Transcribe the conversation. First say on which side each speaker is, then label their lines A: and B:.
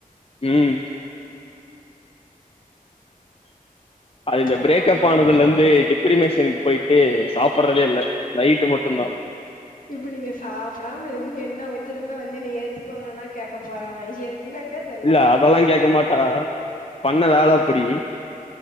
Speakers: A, on the left; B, on the left.
A: ம் அது இந்த
B: போங்க
A: பிரேக்ப் ஆனதுல இருந்து டிப்ரிமேஷனுக்கு போயிட்டு சாப்பட்றதே இல்ல நைட்டு மட்டுந்தா
B: இப்ப நீங்க சாப்டாம இருந்து என்ன அவுங்க திரும்ப வந்து என்ன ஏத்துக்கோங்ன்னா கேக்க போறாங்க என்னங்க இதெல்லா
A: இல்ல அதல்லா கேக்க மாட்டா பண்ண வேல அப்புடி